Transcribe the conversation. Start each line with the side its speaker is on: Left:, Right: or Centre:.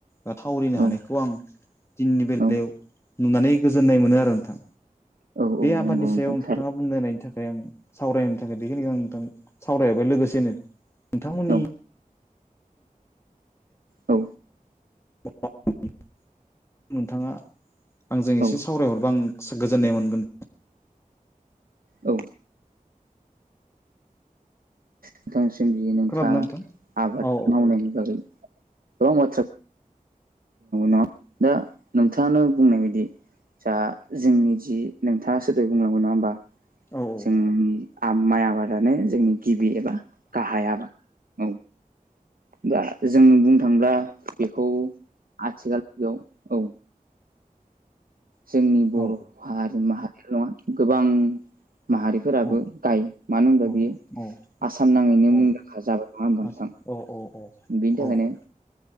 Left: ओ थावरिनो हानायखौ
Right: औ
Left: आं दिननि बेलायाव
Right: औ
Left: नुनानै गोजोननाय मोनो आरो ओंथां।
Right: औ औ
Left: बे आबादनि
Right: नंगौ नोंथां
Left: सायाव नोंथांङा
Right: थार
Left: बुंनायनायनि थाखाय आं सावरायनो थाखाय बेखिनिखौ आं नोंथां सावरायहरबाय लोगोसेनो नोंथांमोननि
Right: औ औ
Left: <unintelligible> नोंथांङा आंजों एसे
Right: औ
Left: सावरायहरबा आं सो गोजोननाय मोनगोन।
Right: औ नोंथांसिम जि नोंथाङा
Left: खोनादोंना नोंथां
Right: आबाद
Left: औ औ
Right: मावनायनि बागै गोबां बाथ्रा ना दा नोंथांङानो बुंनाय बायदि जा जोंनि जि नोंथांङा दहाय बुंलांबाय नंङा होमबा?
Left: औ
Right: जोंनि माइ आबादानो जोंनि गिबि एबा गाहाय आबाद। औ दा जों बुंनो थाङोब्ला बेखौ आथिखाल <unintelligible> औ। जोंनि
Left: औ
Right: बर' हारि माहारिल' नङा गोबां माहारिफोराबो
Left: औ
Right: गायो। मानो होनबा
Left: औ
Right: बियो
Left: औ
Right: आसाम नांङैनो
Left: औ
Right: मुंदांखा जाबाय नङा होमबा नोंथां।
Left: आसा औ औ औ
Right: बेनि थाखायनो
Left: औ औ